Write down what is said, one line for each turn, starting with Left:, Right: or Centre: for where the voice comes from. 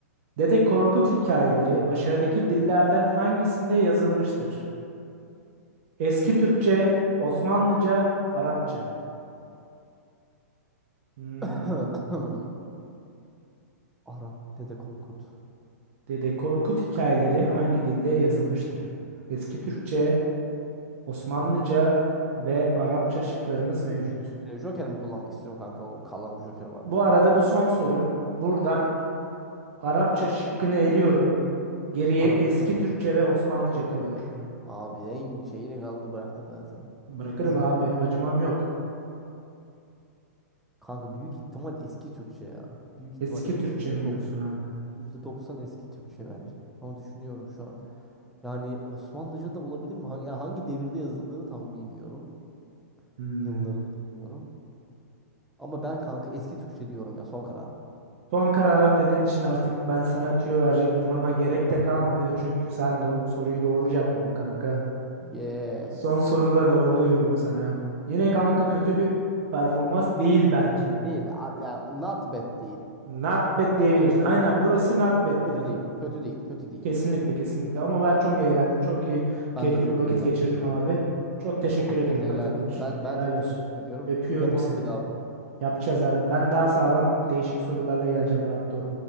Right: Dede Korkut hikayeleri aşağıdaki dillerden hangisinde yazılmıştır? Eski Türkçe, Osmanlıca, Arapça. Hmm.
Centre: <coughs> Arap Dede Korkut.
Right: Dede Korkut hikayeleri hangi dilde yazılmıştır? Eski Türkçe, Osmanlıca ve Arapça şıklarımız mevcut.
Centre: E, Joker mi kullanmak istiyorum kanka? O kalan bir Joker vardı
Right: Bu
Centre: ya.
Right: arada bu son sorum. Buradan Arapça şıkkını eliyorum. Geriye
Centre: Arap
Right: eski
Centre: şey.
Right: Türkçe ve Osmanlıca kalıyor.
Centre: Abi en şeyini kaldı bıraktın zaten.
Right: Bırakırım
Centre: Yani eski
Right: abi, acımam yok.
Centre: Kanka büyük ihtimal eski Türkçe ya. Büyük ihtimal
Right: Eski
Centre: e, yüzde
Right: Türkçe mi
Centre: doksan,
Right: diyorsun abi?
Centre: yüzde doksan eski Türkçe bence. Ama düşünüyorum şu an. Yani Osmanlıca da olabilir mi? Hangi, yani hangi devirde yazıldığını tam bilmiyorum.
Right: Hmm.
Centre: Yıllarını bilmiyorum. Ama ben kanka eski Türkçe diyorum ya son kararım.
Right: Son kararın dediğin için artık ben sana tüyo verecektim ama gerek de kalmadı. Çünkü sen de o soruyu doğru cevapladın kanka.
Centre: Yes.
Right: Son soruda doğru diyorum sana. Yine kanka kötü bir performans değil bence.
Centre: Değil. a- ya not bad değil.
Right: Not bad diyebiliriz. Aynen burası not bad'tir
Centre: Kötü
Right: abi.
Centre: değil. Kötü değil. Kötü değil.
Right: Kesinlikle kesinlikle ama ben çok eğlendim. Çok iyi
Centre: Ben
Right: keyifli
Centre: de çok
Right: bir vakit
Centre: eğlendim
Right: geçirdim
Centre: kankam.
Right: abi. Çok teşekkür
Centre: Hakkını
Right: ediyorum
Centre: helal
Right: katıldığın
Centre: et.
Right: için.
Centre: Ben
Right: Helal
Centre: ben çok
Right: olsun.
Centre: teşekkür ediyorum.
Right: Öpüyorum
Centre: Yapalım
Right: seni.
Centre: bir daha bunu.
Right: Yapacağız abi. Ben daha sağlam değişik sorularla geleceğim rahat ol.